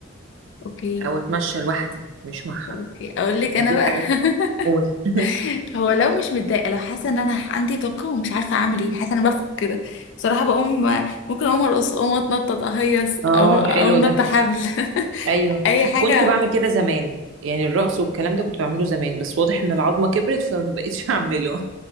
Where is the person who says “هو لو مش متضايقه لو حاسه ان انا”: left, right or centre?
Left